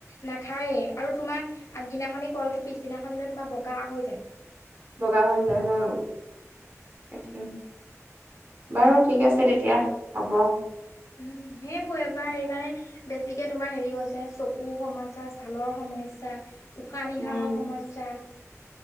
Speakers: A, on the left (about 70°); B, on the right (about 40°).
A: নাখায় আৰু তোমাৰ আগদিনাখনি কলটো পিছদিনাখনলো তোমাৰ বগা হৈ যায়।
B: বগা হৈ যায় হয়, একদম। বাৰু ঠিক আছে, তেতিয়া হ'ব।
A: উম সেইবোৰ এবোৰ সেইকাৰণে বেছিকে তোমাৰ হেৰি হৈছে চকুৰ সমস্যা ছালৰ সমস্যয়া। উশাহ নিশাহৰ
B: উম
A: সমস্যা